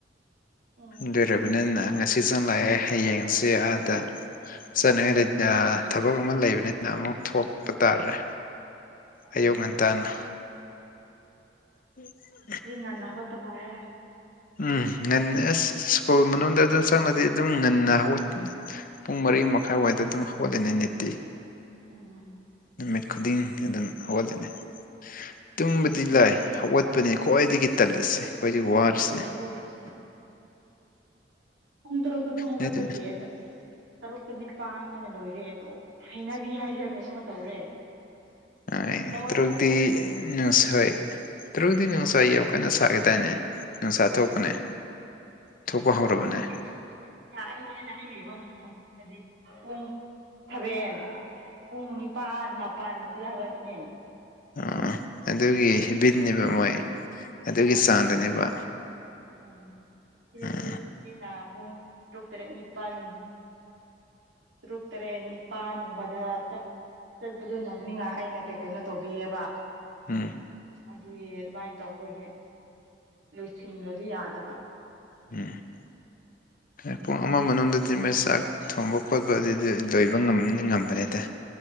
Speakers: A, on the right; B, on the left.
A: ꯎꯝ
B: ꯂꯣꯏꯔꯕꯅꯤꯅ ꯉꯁꯤ ꯆꯪꯪꯂꯛꯑꯦ ꯍꯌꯦꯡꯁꯦ ꯑꯥꯗ ꯆꯠꯅꯤꯡꯉꯥꯏ ꯂꯩ-ꯑ ꯊꯕꯛ ꯑꯃ ꯂꯩꯕꯅꯤꯅ ꯑꯃꯨꯛ ꯊꯣꯛꯄ ꯇꯥꯔꯦ꯫
A: ꯎꯝ
B: ꯑꯌꯨꯛ ꯉꯟꯇꯥꯅ꯫ <inaudible>
A: ꯑꯗꯨꯗꯤ ꯉꯟꯅ ꯍꯧꯒꯠꯄ ꯇꯥꯔꯦ꯫
B: ꯎꯝ ꯉꯟꯅ ꯑꯁ ꯁ꯭ꯀꯨꯜ ꯃꯅꯨꯡꯗ ꯑꯗꯨꯝ ꯆꯪꯂꯗꯤ ꯑꯗꯨꯝ ꯉꯟꯅ ꯍꯧꯒꯠꯀꯅꯤ꯫ ꯄꯨꯡ ꯃꯔꯤ ꯃꯈꯥꯏꯋꯥꯏꯗ ꯑꯗꯨꯝ ꯍꯧꯒꯠꯂꯅꯤ ꯅꯤꯇꯤ
A: ꯎꯝ
B: ꯅꯨꯃꯤꯠ ꯈꯨꯗꯤꯡ ꯑꯗꯨꯝ ꯍꯧꯒꯠꯂꯅꯤ꯫ ꯇꯨꯝꯕꯗꯤ
A: ꯑꯩꯁꯨ
B: ꯂꯥꯏ ꯍꯧꯒꯠꯄꯅꯦ ꯈ꯭ꯋꯥꯏꯗꯒꯤ ꯇꯜꯂꯤꯁꯦ
A: ꯑꯩꯁꯨ
B: ꯈ꯭ꯋꯥꯏꯗꯒꯤ
A: ꯄꯨꯡ
B: ꯋꯥꯔꯤꯁꯦ꯫
A: <inaudible> ꯄꯨꯡ ꯇꯔꯨꯛꯇ ꯑꯗꯨꯝ ꯍꯧꯒꯠꯄꯒꯤ
B: ꯅꯣꯏꯗꯤ
A: ꯑꯁ ꯇꯔꯨꯛꯇ ꯃꯤꯠ ꯄꯥꯡꯕꯅ ꯂꯣꯏꯔꯦ ꯑꯗꯨꯝ ꯍꯩꯅꯕꯤ ꯍꯥꯏꯁꯤꯔꯥ ꯀꯩꯅꯣꯃ ꯇꯧꯔꯦ꯫
B: ꯑꯥꯏ
A: ꯇꯧꯋꯦꯕ
B: ꯇꯔꯨꯛꯇꯤ
A: ꯑꯗꯨꯝ
B: ꯅꯁ-ꯍꯣꯏ꯫ ꯇꯔꯨꯛꯇꯤ ꯅꯨꯡꯁꯥ ꯌꯥꯝ ꯀꯟꯅ ꯁꯥꯔꯦꯗꯥꯏꯅꯦ ꯅꯨꯡꯁꯥ ꯊꯣꯛꯄꯅꯦ꯫
A: ꯍꯣꯏꯁꯨ
B: ꯊꯣꯛꯄ ꯍꯧꯔꯕꯅꯦ꯫
A: ꯑꯩ ꯑꯥ ꯑꯩꯈꯣꯏꯅ ꯑꯩ ꯊꯥꯏꯅ ꯑꯩ ꯂꯩꯕ ꯃꯐꯝꯗꯗꯤ ꯄꯨꯡ ꯁꯕꯦꯟ ꯄꯨꯡ ꯅꯤꯄꯥꯟ ꯃꯥꯄꯟ ꯑꯗꯨꯗ ꯍꯧꯒꯠꯄꯅꯦ꯫
B: ꯑꯣ ꯑꯗꯨꯒꯤ ꯍꯦꯕꯤꯠꯅꯦꯕ ꯃꯣꯏ ꯑꯗꯨꯒꯤ
A: ꯍꯣꯏ
B: ꯆꯥꯡꯗꯅꯦꯕ꯫
A: ꯎꯝ ꯁꯤꯗꯗꯤ
B: ꯎꯝ
A: ꯏꯆꯦꯅ ꯄꯨꯡ ꯇꯔꯨꯛ ꯇꯔꯦꯠ ꯅꯤꯄꯟ ꯇꯔꯨꯨꯛ ꯇꯔꯦꯠ ꯅꯤꯄꯥꯟ ꯒꯨꯝꯕꯗ ꯆꯠ ꯆꯠꯄꯗꯣ ꯅꯪꯅꯤꯡꯉꯥꯏ ꯑꯩꯅ ꯀꯩ ꯀꯩꯅꯣ ꯇꯧꯕꯤꯌꯦꯕ꯫
B: ꯎꯝ꯫
A: ꯑꯗꯨꯒꯤ ꯑꯗꯨꯃꯥꯏꯅ ꯇꯧꯕꯒꯤ ꯂꯣꯏꯁꯤꯟꯗ꯭ꯔꯗꯤ ꯌꯥꯗꯕ꯫
B: ꯎꯝ <inaudible> ꯄꯨꯡ ꯑꯃ ꯃꯅꯨꯡꯗꯗꯤ ꯃꯦꯁ ꯆꯥꯛ ꯊꯣꯡꯕ ꯈꯣꯠ ꯄꯗꯨꯗꯤ ꯂꯣꯏꯕ ꯉꯝꯅꯤ ꯉꯝꯕꯅꯤꯗ